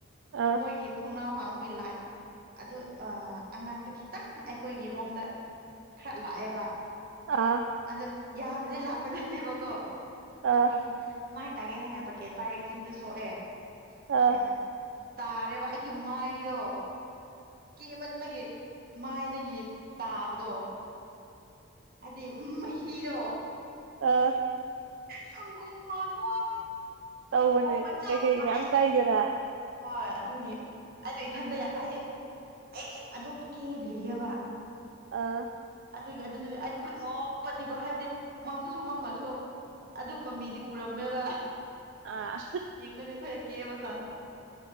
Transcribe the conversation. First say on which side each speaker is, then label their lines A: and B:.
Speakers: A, on the right; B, on the right.
A: ꯑꯥ
B: ꯃꯣꯏꯒꯤ ꯊꯣꯡꯅꯥꯎ ꯍꯥꯡꯕꯒꯤ ꯂꯥꯏꯠ ꯑꯗꯨ ꯑ ꯑꯉꯥꯟꯕ ꯈꯤꯇꯪ ꯑꯩꯈꯣꯏꯒꯤ ꯔꯣꯝꯗ ꯈꯔ ꯂꯥꯛꯑꯦꯕ
A: ꯑꯥ
B: ꯑꯗ ꯌꯝꯅꯗꯤ ꯂꯥꯛꯄꯥ ꯅꯠꯇꯦꯕꯀꯣ
A: ꯑꯥ
B: ꯖꯤ ꯃꯥꯏ ꯇꯥꯒꯦ ꯍꯥꯏꯅ ꯕꯀꯦꯠ ꯄꯥꯏꯔꯒ ꯏꯁꯤꯡꯗꯣ ꯁꯣꯛꯑꯦ
A: ꯑꯥ ꯑꯥ
B: ꯑꯩꯅ ꯇꯥꯔꯦꯕ ꯑꯩꯒꯤ ꯃꯥꯏꯗꯣ ꯀꯦꯃꯟꯕꯒꯤ ꯃꯥꯏꯗꯒꯤ ꯇꯥꯕꯗꯣ ꯑꯗꯨꯏ ꯃꯍꯤꯗꯣ
A: ꯑ
B: ꯁꯪꯒꯣꯝ ꯃꯥꯟꯕ ꯋꯥꯅꯦ
A: ꯇꯧꯕꯅꯦ
B: ꯁꯪꯒꯣꯝꯒ ꯆꯞ
A: ꯀꯩꯀꯩ
B: ꯃꯅꯩ
A: ꯃꯌꯥꯝ
B: ꯑꯗꯨꯒꯤ
A: ꯇꯥꯏꯗꯅ
B: ꯍꯣꯏ ꯑꯗꯨꯒꯤ ꯑꯩꯗꯣ ꯏꯊꯟꯗ ꯌꯥꯏ ꯍꯥꯏꯗꯤ ꯑꯩ ꯑꯗꯨꯝ ꯀꯦꯗ꯭ꯔꯤꯌꯦꯕ
A: ꯑ
B: ꯑꯗꯨꯒꯤ ꯑꯗꯨ ꯅꯨꯃꯤꯠ ꯑꯩ ꯈꯨꯠ ꯅꯣꯛꯄꯗꯤꯀꯣ ꯍꯥꯏꯕꯗꯤ ꯃꯝꯁꯨ ꯃꯝꯃꯁꯨ ꯑꯗꯨꯝꯕ ꯃꯤꯗꯤ ꯎꯔꯝꯃꯦꯕ
A: ꯑꯥ
B: ꯌꯦꯡꯉꯅꯤ ꯑꯩꯈꯣꯏꯅ ꯀꯦꯕ ꯆꯥꯡ